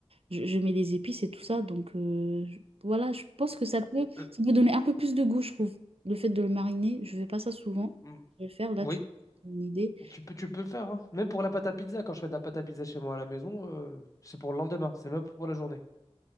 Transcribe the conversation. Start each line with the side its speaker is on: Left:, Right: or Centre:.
Right: je, je mets des épices et tout ça. Donc, euh, je- voilà, je pense que ça peut,
Left: Euh,
Right: ça peut donner un peu plus de goût, je trouve. Le fait de le mariner, je fais pas ça souvent.
Left: mm,
Right: Je vais faire, là,
Left: oui,
Right: tu as une idée.
Left: tu peux, tu peux le faire. hein. Même pour la pâte à pizza, quand je fais de la pâte à pizza chez moi à la maison, euh, c'est pour le lendemain. C'est même pas pour la journée.